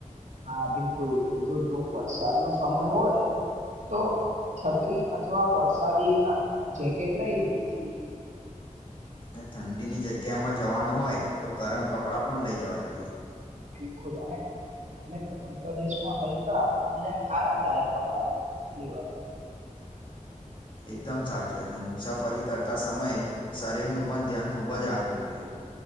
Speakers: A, on the right (about 65°); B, on the left (about 40°).
A: હા બિલકુલ તો જો જો વરસાદ નો સમય હોય તો છત્રી અથવા વરસાદી આમ જેકેટ લઈ લેવું જોઈએ
B: <unintelligible> <unintelligible> તે ઠંડીની જગ્યામાં જવાનું હોય તો ગરમ કપડાં પણ લઈ જવા જોઈએ
A: બિલકુલ અને અને ગરમ પ્રદેશમાં હલકા અને આરામદાયક કપડા લેવા
B: <inaudible> <inaudible> એકદમ સાચી વાતને મુસાફરી કરતા સમયે શરીરનું પણ ધ્યાન ખૂબ જ રાખવું જોઈએ